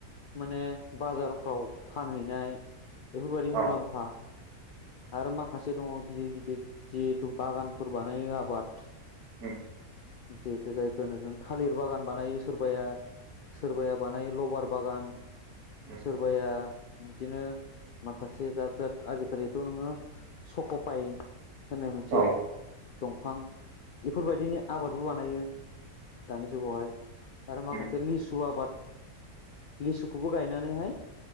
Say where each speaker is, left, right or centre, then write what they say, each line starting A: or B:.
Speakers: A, on the left; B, on the right.
A: माने बाजारफ्राव फानहैनाय बेफोरबायादि
B: औ
A: मुलाम्फा आरो माखासे दङ गिदिर गिदिर जिहिथु बागानफोर बानायो आबाद
B: उम
A: जिहेतु जायखौ जों थालिर बागान बानायो सोरबाया सोरबाया बानायो ल'बार बागान
B: उम
A: सोरबाया बिदिनो माखासे जाद जाद आजिखालिथ' नोङो स'ख'फाय होननाय मोनसे
B: औ
A: दंफां बेफोरबादिनि आबादबो बानायो दानि जुगावहाय आरो मासे
B: उम
A: लिसु आबाद लिसुखौबो गायनानैहाय